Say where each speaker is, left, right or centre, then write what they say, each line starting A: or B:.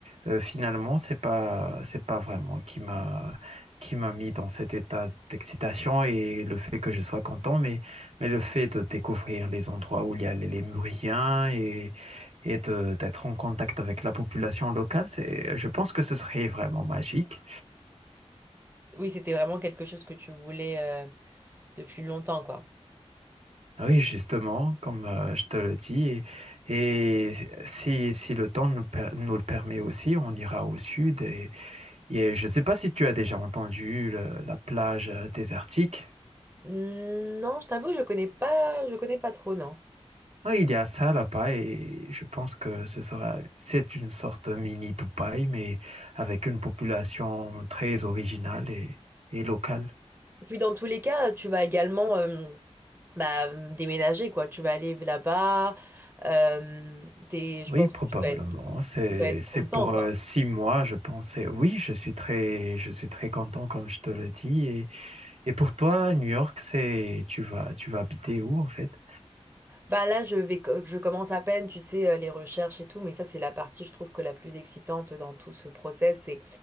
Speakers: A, on the right (about 70°); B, on the right (about 20°).
A: euh, finalement, c'est pas c'est pas vraiment qui m'a qui m'a mis dans cet état d'excitation et le fait que je sois content, mais mais le fait de découvrir les endroits où il y a les lémuriens et et de- d'être en contact avec la population locale, c'est je pense que ce serait vraiment magique.
B: Oui, c'était vraiment quelque chose que tu voulais euh, depuis longtemps, quoi.
A: Oui, justement, comme euh, je te le dis, et, et si, si le temps nous, per- nous le permet aussi, on ira au sud. Et, et je ne sais pas si tu as déjà entendu le- la plage euh, désertique.
B: Hmm, Non, je t'avoue, je connais pas, je connais pas trop, non.
A: Oui, il y a ça là-bas et je pense que ce sera, c'est une sorte mini Dubaï, mais avec une population très originale et, et locale.
B: Et puis dans tous les cas, tu vas également euh, bah, déménager, quoi. Tu vas aller là-bas. Euh, t'es- je
A: Oui,
B: pense
A: probablement.
B: que tu dois être
A: C'est,
B: Tu dois être
A: c'est
B: content,
A: pour
B: quoi.
A: euh, six mois, je pense. Et oui, je suis très, je suis très content, comme je te le dis. Et pour toi, New York, c'est tu vas tu vas habiter où en fait?
B: Bah là, je vais, co- je commence à peine, tu sais, euh, les recherches et tout, mais ça, c'est la partie, je trouve, que la plus excitante dans tout ce process, c'est